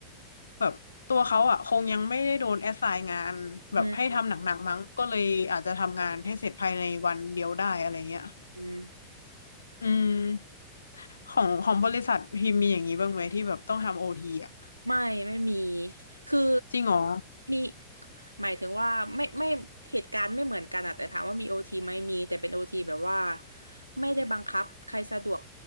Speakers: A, on the left; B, on the right.
A: แบบตัวเขาอะคงยังไม่ได้โดนแอสไซน์งานแบบให้ทำหนักๆมั้งก็เลยอาจจะทำงานให้เสร็จภายในวันเดียวได้อะไรเงี้ย
B: อืมอืม
A: อืมของของบริษัทพิมพ์มีอย่างนี้บ้างไหมที่แบบต้องทำโอทีอะ
B: ไม่ไม่มีคือ
A: จริงเหรอ
B: มีหมายถึงว่าไม่ไม่เหตุการณ์ไม่เหมือนกันอะแต่ถามว่ามีโอทีไหมมีแต่เป็นโอทีแบบว่าไม่ได้บังคับใครสะดวก